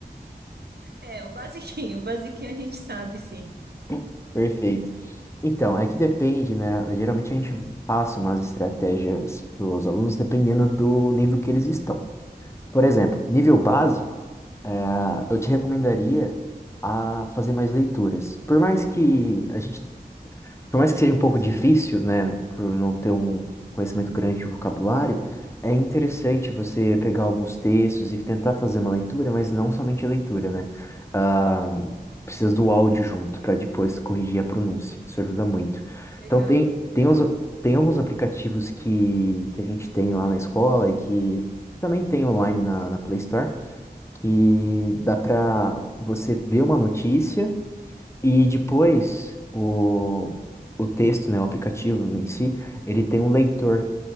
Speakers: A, on the right (about 90°); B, on the left (about 15°).
A: É, o basiquinho, <laughs> o basiquinho a gente sabe, sim.
B: <laughs> Perfeito. Então, é que depende, né? Geralmente a gente passa umas estratégias para os alunos dependendo do nível que eles estão. Por exemplo, nível básico, eh, eu te recomendaria a fazer mais leituras. Por mais que a gente Por mais que seja um pouco
A: Sim,
B: difícil, né, por não ter um conhecimento grande de vocabulário, é interessante você pegar alguns textos e tentar fazer uma leitura, mas não somente a leitura, né? Ah, precisa do áudio junto para depois corrigir a pronúncia. Isso ajuda muito.
A: legal,
B: Então tem
A: legal.
B: tem os, tem alguns aplicativos que, que a gente tem lá na escola e que também tem online na, na Play Store, que dá para você ver uma notícia e depois, o, o texto, né, o aplicativo em si, ele tem um leitor.